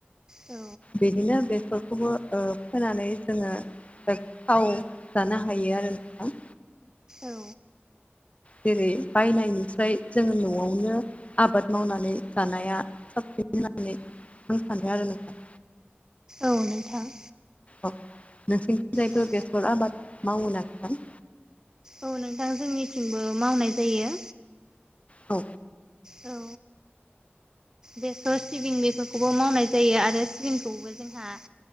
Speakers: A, on the right (about 15°); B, on the left (about 30°).
A: औ।
B: बिदिनो बेसरखौबो फोनानै जोङो। गोथाव जानो हायो आरो नोंथां।
A: औ।
B: जेरै-बायनायनिफ्राय जोंङो न'आवनो आबाद मावनानै जानाया साबसिन होननानै आं सानसे आरो नोंथां।
A: औ नोंथां।
B: औ नोंसिनिथिंजायबो
A: औ
B: बेसर आबाद मावो ना नोंथां।
A: औ नोंथां जोंनिथिंबो मावनाय जायो।
B: औ।
A: औ। बेसर सिबिं बेफोरखौबो मावनाय जायो आरो सिबिंखौबो जोंहान